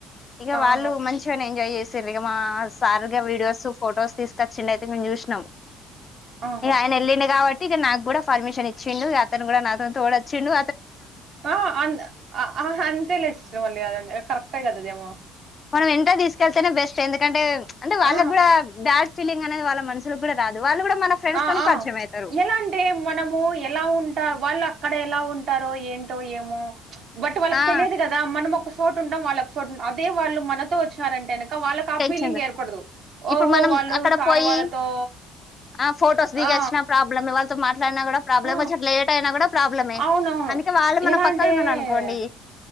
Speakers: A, on the left; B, on the right.
A: ఇగ
B: ఆహా!
A: వాళ్ళు మంచిగనే ఎంజాయ్ చేస్ సరిగా మా సార్గా వీడియోస్ ఫొటోస్ తీసుకొచ్చిండు అయితే మేము చూసినాం
B: ఆహా!
A: ఇగ ఆయన ఎళ్ళిన కాబట్ట్ ట్టి ఇగ నాకు కూడా పర్మిషన్ ఇచ్చిండు అతను కూడా నా తోన్తో కూడా వచ్చిండు
B: ఆ అంద్ అ అంతేలే ఇష్టమండి అంత కరెక్టే గదదేమో
A: మనం ఎంట తీసుకెళ్తేనే బెస్ట్ ఎందుకంటే అంటే వాళ్ళ
B: ఆ!
A: కూడా బాడ్ ఫీలింగ్ అనేది వాళ్ళ మనుసులో కూడా రాదు వాళ్ళు కూడా మన ఫ్రెండ్స్
B: ఆ
A: తోని
B: ఆ
A: పరిచయం అవుతారు
B: ఎలా అం టే మనము ఎలా ఉంటా వాళ్ళు అక్కడ ఎలా ఉంటారో ఏంటో ఏమో బట్ వాళ్ళక్
A: ఆ
B: తెలిదు కదా మనం ఒక చోటు ఉంటాం వాళ్ళ ఒక చోటు ఉంట అదే వాళ్ళు మనతో వచ్చారంటేన ఇంక వాళ్ళకా
A: టెన్షన్
B: ఫీలింగ్ ఏర్పడదు
A: ఇప్పుడు
B: ఓహో
A: మనం
B: వాళ్ళు
A: అక్కడ
B: సార్
A: పోయి
B: వాళ్ళతో
A: ఆ ఫొటోస్ దిగి
B: ఆ!
A: వచ్చినా ప్రాబ్లమ్ వాళ్ళతో మాట్లాడినా కూడా ప్రాబ్లమ్
B: ఆ!
A: చెప్పలేటి అయినా కూడా ప్రాబ్లమే
B: అవునవును.
A: అందుకే వాళ్ళు మన
B: ఎలా
A: పక్కనే
B: అంటే
A: ఉన్నాననుకోండి